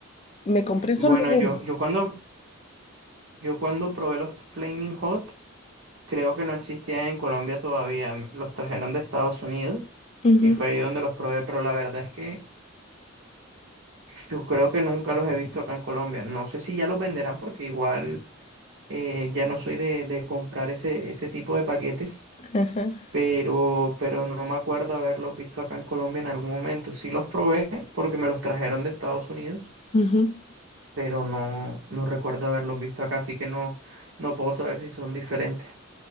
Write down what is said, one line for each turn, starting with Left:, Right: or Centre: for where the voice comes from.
Left: Me compré
Right: Bueno,
Left: solo uno.
Right: yo, yo cuando, yo cuando probé los Flaming Hot, creo que no existían en Colombia todavía. m- Los trajeron de Estados Unidos
Left: Ujú,
Right: y fue ahí donde los probé, pero la verdad es que yo creo que nunca los he visto acá en Colombia. No sé si ya los venderán porque igual eh, ya no soy de, de comprar ese, ese tipo de paquetes.
Left: ajá,
Right: pero, pero no me acuerdo haberlos visto acá en Colombia en algún momento. Sí los probé porque me los trajeron de Estados Unidos,
Left: ujú.
Right: pero no, no recuerdo haberlos visto acá, así que no, no puedo saber si son diferentes.